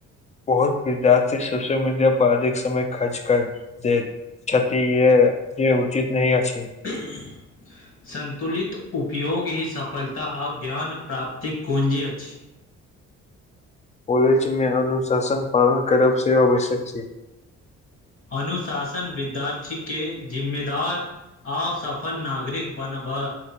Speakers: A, on the left (about 25°); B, on the left (about 45°).
A: बहुत विद्यार्थी सोशल मीडिया पर अधिक समय खर्च कर दै छथि ये जे उचित नही अछि
B: <inaudible> सन्तुलित उपयोग ही सफलता आ ज्ञान प्राप्तिक कूञजी अछि।
A: कॉलेज मे अनुशासन पालन करब से आवश्यक छै।
B: अनुशासन विद्यार्थी के जिम्मेदार। हँ आ सफल नागरिक बनबै